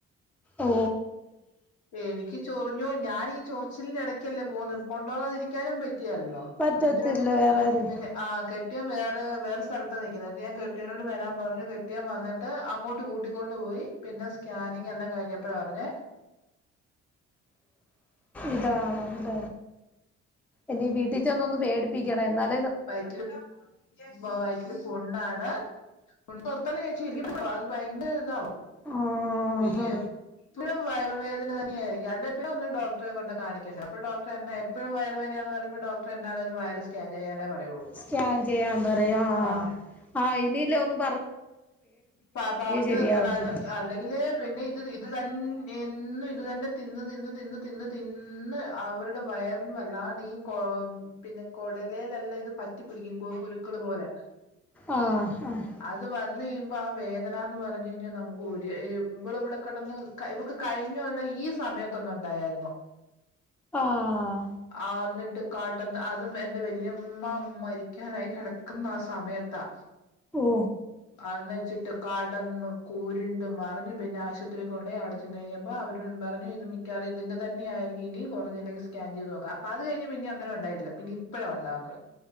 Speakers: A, in the centre; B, on the left (about 75°).
A: ഓ
B: എനിക്ക് ചോറ് റഞ്ഞോ ഞാനീ ചൊറച്ചിലിന്റെ എടക്കല്ലേ പോകന്ന് കൊണ്ടോകതിരിക്കാനും പറ്റികേലല്ലോ.
A: പറ്റത്തില്ല
B: എന്നിട്ട് പിന്നെ
A: വേറെ ആരും
B: പിന്നെ ആഹ് കെട്ടിയോൻ വേ വേറെ സ്ഥലത്ത് നിക്കുന്നത് ഞാൻ കെട്ടിയനോട് വരാൻ പറഞ്ഞു കെട്ടിയൻ വന്നിട്ട് അങ്ങോട്ട് കൂട്ടിക്കൊണ്ട്പപോയി പിന്നെ സ്കാനിങ് എല്ലാം കഴിഞ്ഞപ്പോഴാണ് അറിഞ്ഞേ
A: ഇതാണല്ല ഇനി വീട്ടിച്ചെന്ന് ഒന്ന് പേടിപ്പിക്കണം എന്നാലെ
B: വൈറ്റില് വയറ്റില് പുണ്ണാണ് പുണ് നിർത്തണ ചേച്ചില്ലങ്കി അത് ഭയങ്കര ഇതാവും
A: ആഹാ
B: പിന്നെ എപ്പോഴും വയറുവേദന തന്നെയായിരിക്കും അല്ലടെപ്പഴും ഒരു ഡോക്ടറെ കൊണ്ട് കാണിക്കണ്ടെ അപ്പൊ ഡോക്ടറെ എന്നെ എപ്പയും വയർവേദനയന്ന് പറയ്മ്പോൾ ഡോക് ക്ടർ എന്താണങ്കിലും വയറ് സ്കയാൻ ചെയ്യാനെ പറയുള്ളൂ
A: സ്കാൻ ചെയ്യാൻ പറയാ
B: ആഹ്
A: ആഹ് ഇനിയില്ല ഒന്നും
B: പ പറഞ്ഞു
A: ശരിയാവത്തില്ല
B: നിർത്തണല്ല അല്ലെങ്കില് പിന്നെ ഇത് അതന്ന എന്നും ഇതന്നെ തിന്ന് തിന്ന് തിന്ന് തിന്ന് തിന്ന് അവരുടെ വയറിന് വല്ലാണ്ടീ കൊ പിന്നെ കൊടലെയിലെല്ലാം ഇത് പറ്റി പിടിക്കും പുഴുക്കള് പോലെ
A: ആഹ് അഹ്
B: ഇത് വന്ന് കഴിയുമ്പോ ആ വേദന എന്ന് പറഞ്ഞു കഴിഞ്ഞാൽ നമുക്ക് ഒരു ഇവള് ഇവിടെ കെടന്ന് ഇവക്ക് കഴിഞ്ഞ കൊല്ലം ഈ സമയത്തൊന്ന് ഉണ്ടായിരുന്നു.
A: ആഹ്
B: ആ എന്നിട്ട് കാട്ടന്ന് അതും എന്റെ വല്യാമ്മ മരിക്കാനായി കെടക്കുന്ന ആ സമയത്താ
A: ഓ
B: അന്ന് വെച്ചിട്ട് കടന്ന് കൂരുണ്ട് മറിഞ്ഞ് പിന്നെ ആശുപത്രിക്ക് കൊണ്ടോയി അവിടെ ചെ ചെന്ന് കഴിഞ്ഞപ്പോ അവര് പറഞ്ഞു ഇത് മിക്കാവാറും ഇതിന്റെ തന്നെ ആയിരിക്കും ഇനി കുറഞ്ഞില്ലെങ്കി സ്കാൻ ചെയ്ത് നോക്കാൻ അത്ഴിഞ്ഞ് പിന്നെ അങ്ങനെ ഉണ്ടായിട്ടില്ല പിന്ന ഇപ്പോഴാണ് ഉണ്ടാവുന്നത്.